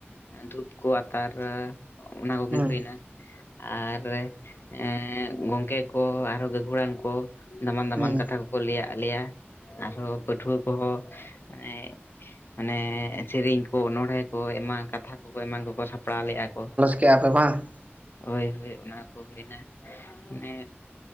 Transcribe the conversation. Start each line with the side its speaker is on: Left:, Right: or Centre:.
Left: ᱮᱸ ᱫᱷᱩᱯ ᱠᱚ ᱟᱛᱟᱨ ᱚᱱᱟ ᱠᱚᱜᱮ
Right: ᱦᱩᱸ
Left: ᱦᱩᱭᱮᱱᱟ᱾ ᱟᱨ ᱮᱸ ᱜᱚᱝᱠᱮ ᱠᱚ ᱟᱨᱦᱚᱸ ᱜᱟᱹᱠᱷᱩᱹᱲᱟᱱ ᱠᱚ ᱫᱟᱢᱟᱱ ᱫᱟᱢᱟᱱ
Right: ᱦᱩᱸ
Left: ᱠᱟᱛᱷᱟ ᱠᱚᱠᱚ ᱞᱟᱹᱭᱟᱫ ᱞᱮᱭᱟ, ᱟᱨᱦᱚᱸ ᱯᱟᱹᱴᱷᱩᱣᱟᱹ ᱠᱚᱦᱚᱸ ᱚᱱᱮ ᱢᱟᱱᱮ ᱥᱮᱨᱮᱧ ᱠᱚ ᱚᱱᱚᱬᱦᱮ ᱠᱚ ᱮᱢᱟᱱ ᱠᱟᱛᱷᱟ ᱠᱚᱠᱚ ᱮᱢᱟᱱ ᱠᱚᱠᱚ ᱥᱟᱯᱲᱟᱣ ᱞᱮᱫᱼᱟ ᱠᱚ᱾
Right: ᱠᱮᱜ-ᱟ ᱯᱮ ᱵᱟᱝ?
Left: ᱦᱳᱭ ᱦᱳᱭ ᱚᱱᱟ ᱠᱚ ᱦᱩᱭᱮᱱᱟ, ᱢᱟᱱᱮ